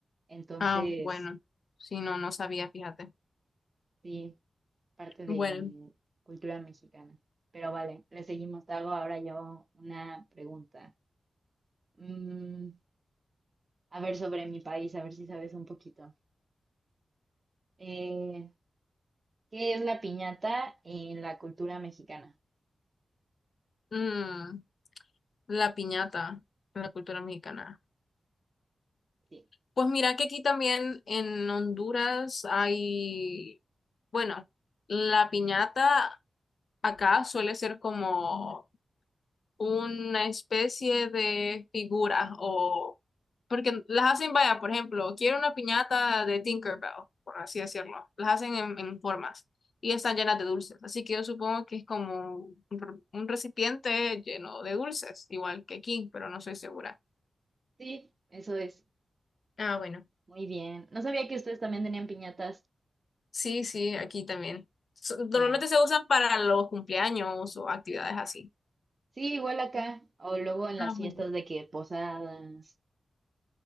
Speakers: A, on the right (about 30°); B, on the left (about 65°).
A: Entonces,
B: Ah, bueno, sí, no, no sabía, fíjate.
A: sí, parte
B: Bueno,
A: de cultura mexicana. Pero vale, le seguimos. Te hago ahora yo una pregunta. Mm, a ver sobre mi país, a ver si sabes un poquito. Eh, ¿qué es la piñata en la cultura mexicana?
B: mm, la piñata, en la cultura mexicana.
A: Sí,
B: Pues mira que aquí también en Honduras hay, bueno, la piñata acá suele ser como una especie de figura o porque las hacen, vaya, por ejemplo, quiero una piñata de Tinkerbell, por así decirlo. Las hacen en, en formas y están llenas de dulces. Así que yo supongo que es como un, re- un recipiente lleno de dulces, igual que aquí, pero no soy segura.
A: sí, eso es.
B: Ah, bueno.
A: Muy bien. No sabía que ustedes también tenían piñatas.
B: Sí, sí, aquí también. So- Normalmente
A: Mira,
B: se usan para los cumpleaños o actividades así.
A: sí, igual acá. O luego en las
B: Ah,
A: fiestas
B: bueno.
A: de que posadas